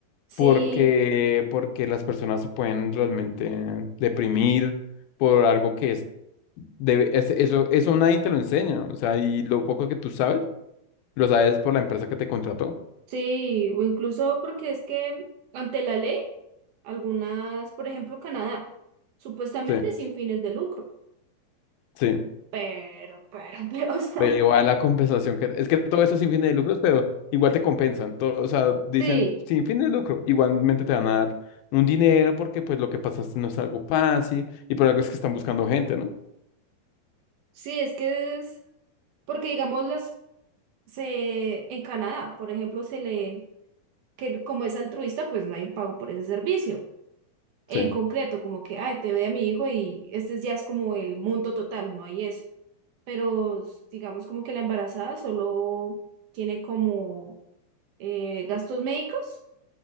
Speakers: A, on the right; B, on the left.
A: Sí,
B: Porque, porque las personas se pueden realmente deprimir por algo que es... Debe, es- eso, eso nadie te lo enseña. O sea, y lo poco que tú sabes, lo sabes por la empresa que te contrató.
A: sí, o incluso porque es que ante la ley. Algunas, por ejemplo, Canadá, supuestamente
B: Sí.
A: sin fines de lucro,
B: Sí.
A: pero, pero, <laughs> pero, o sea,
B: Pero igual la compensación que... Es que todo eso es sin fines de lucros, pero igual te compensan. Todo, o sea, dicen
A: sí,
B: sin fines de lucro. Igualmente te van a dar un dinero porque pues lo que pasaste no es algo fácil y por algo es que están buscando gente, ¿no?
A: sí, es que es, porque digamos, las, se, en Canadá, por ejemplo, se le, que como es altruista, pues no hay un pago por ese servicio. En
B: Sí,
A: concreto, como que, ay, te doy a mi hijo y este ya es como el monto total, no hay eso. Pero digamos como que la embarazada solo tiene como eh, gastos médicos